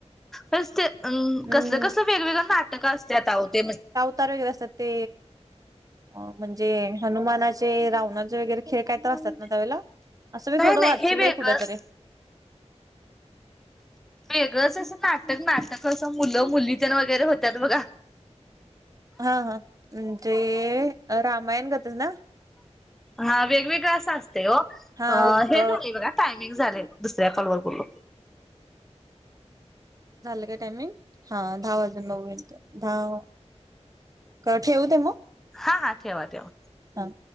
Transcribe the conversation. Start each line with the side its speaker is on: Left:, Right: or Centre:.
Centre: कस ते अं
Right: हम्म
Centre: कसलं कसलं वेगवेगळं नाटकं असत्यात आओ ते
Right: त वगैरे असतात ते म्हणजे हनुमानाचे, रावणारचेे वैगेरे खेळ काय
Centre: नाही
Right: असतात ना त्यावेळेला असं मी थोडं
Centre: नाही
Right: वाचलय
Centre: हे वेगळंच
Right: कुठंतरी
Centre: वेगळंच असं नाटक नाटक असं मुलं मुली तेन वगैरे होत्यात बघा.
Right: हा हा म्हणजे रामायण गतंच ना.
Centre: हा वेगवेगळं असं असतय ओ
Right: हा
Centre: अं
Right: ब
Centre: हे झालय बघा टाईम मिंग झाले दुसऱ्या कॉलवर बोलू.
Right: झालं काय टायमिंग हा दहा वाजून नऊ मिनटं दहा क ठेवू दे मग?
Centre: हा हा ठेवा ठेवा.
Right: हां